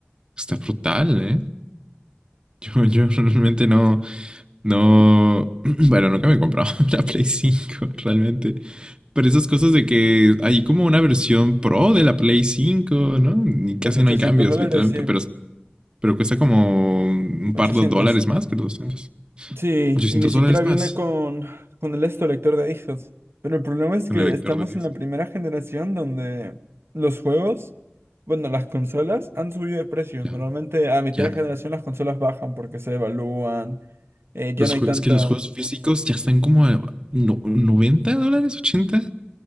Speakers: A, on the right; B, on the right.
A: está brutal, ¿eh? Yo, <laughs> yo realmente no, no, <clears throat> bueno, nunca me he comprado <laughs> una Play cinco realmente. Pero esas cosas de que hay como una versión pro de la Play cinco, ¿no? Y casi
B: Sale 800
A: no hay cambios,
B: dólares,
A: literalmente,
B: sí.
A: pero, pero cuesta como un
B: ochocientos
A: par de dólares más que los 200.
B: Sí,
A: 800
B: y ni siquiera
A: dólares más
B: viene con, con el esto lector de discos. Pero el problema es
A: con
B: que
A: el lector
B: estamos
A: de disco.
B: en la primera generación donde los juegos, bueno, las consolas han subido de precio.
A: Ya,
B: Normalmente a mitad
A: ya.
B: de generación las consolas bajan porque se devalúan. eh, ya
A: Los
B: no hay
A: juegos,
B: tanta...
A: es que los juegos físicos ya están como a no- 90 dólares, ochenta.